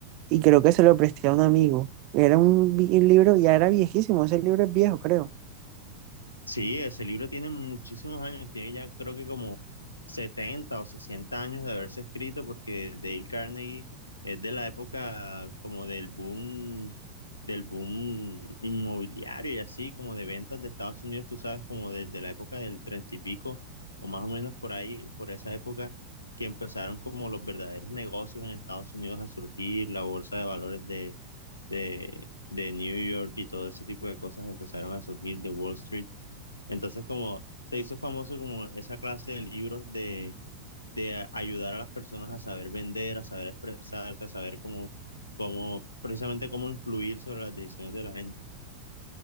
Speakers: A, on the right; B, on the left.
A: y creo que se lo presté a un amigo. Era un, vi- un libro, ya era viejísimo, ese libro es viejo, creo.
B: Sí, ese libro tiene muchísimos años, tiene ya creo que como 70 o 60 años de haberse escrito porque Dale Carnegie es de la época como del boom, del boom inmobiliario y así, como de ventas de Estados Unidos, tú sabes, como desde la época del 30 y pico o más o menos por ahí, por esa época que empezaron como los verdaderos negocios en Estados Unidos a surgir, la bolsa de valores de, de, de New York y todo ese tipo de cosas empezaron a surgir de Wall Street. Entonces, como se hizo famoso como esa clase de libros de, de a- ayudar a las personas a saber vender, a saber expresarse, a saber cómo, cómo, precisamente cómo influir sobre las decisiones de la gente.